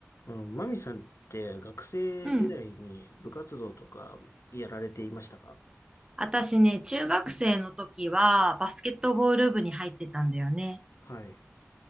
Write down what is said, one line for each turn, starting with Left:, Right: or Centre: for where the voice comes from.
Left: あの、マミさんって学生時代に部活動とかやられていましたか
Right: うん。私ね、中学生の時はバスケットボール部に入ってたんだよね。
Left: はい。